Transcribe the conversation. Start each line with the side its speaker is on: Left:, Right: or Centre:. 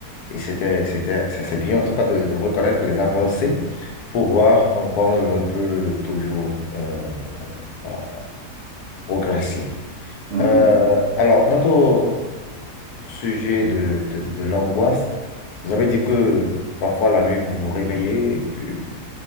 Left: Et c'était, c'était, ça c'est bien, en tout cas, de, de reconnaître les avancées pour voir en quoi on- l'on peut toujours euh, euh, voilà, progresser.
Right: Mm,
Left: Euh,
Right: mm, mm.
Left: alors, quant au sujet de, de, de l'angoisse, vous avez dit que parfois la nuit, vous vous réveillez, et puis...